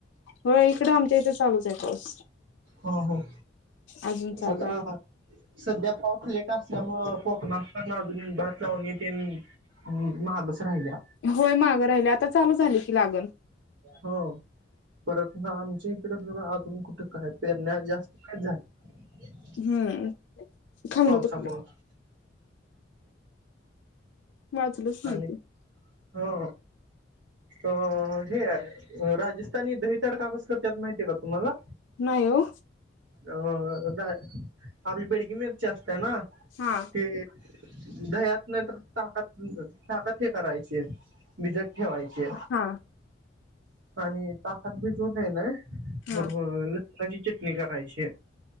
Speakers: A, on the left; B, on the right.
A: हो इकडं आमच्या इथे चालूच आहे पाऊस.
B: हा. हो
A: अजून चालू
B: आता
A: आहे
B: सध्या पाऊस लेट असल्यामूळ कोकणात पण अजून भात लावणी ते ह मागच राहिल्या.
A: होय मागं राहिले आता चालू झाले की लागन.
B: हो परत ना आमच्या इकडे बघा अजून कुठे काय. पेरण्या जास्त नाहीत झाल्या.
A: हम्म! <inaudible>
B: पावसामुळं
A: वाचलंच नाहीत
B: आणि हो अ हे राजस्थानी दहिताड कागजकर्त्यात माहिती आहे का तुम्हाला.
A: नाही ओ.
B: अ नाही आपली बेडगी मिरची असते ना
A: हा
B: हे दह्यात नाही तर ताकात ताकद येत असते. चिप्स भिजत ठेवायचे.
A: हा,,
B: आणि ताकद बी जो आहे ना
A: हा
B: बरोबर लसणाची चटणी करायची.